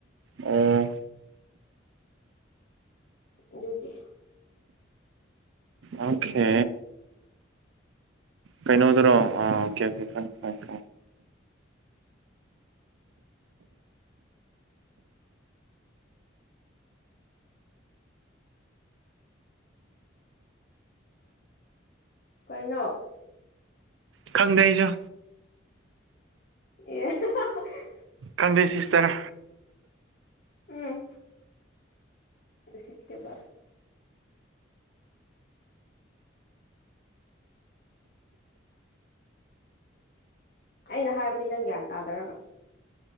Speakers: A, on the right; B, on the left.
A: ꯑꯣ
B: ꯑꯗꯨꯒꯤ
A: ꯑꯣꯀꯦ ꯀꯩꯅꯣꯗꯨꯔꯣ ꯑꯥ ꯑꯣꯀꯦ ꯑꯣꯀꯦ
B: ꯀꯩꯅꯣ
A: ꯈꯪꯗꯦ ꯑꯩꯁꯨ
B: ꯑꯦ
A: ꯈꯪꯗꯦ ꯁꯤꯁꯇꯔ
B: ꯎꯝ ꯎꯁꯤꯠꯇꯦꯕ ꯑꯩꯅ ꯍꯥꯏꯕꯗꯤ ꯅꯪ ꯒ꯭ꯌꯥꯟ ꯇꯥꯗꯔꯒ